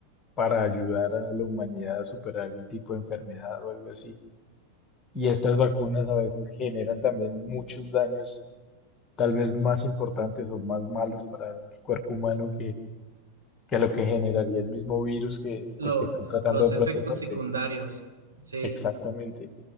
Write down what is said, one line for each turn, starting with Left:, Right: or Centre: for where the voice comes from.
Left: para ayudar a la humanidad a superar algún tipo de enfermedad o algo así. Y estas vacunas a veces generan también muchos daños tal vez más importantes o más malos para el cuerpo humano que, que lo que generaría el mismo virus que,
Right: Lo-
Left: del que están tratando
Right: los
Left: de protegerte.
Right: efectos secundarios, sí.
Left: Exactamente.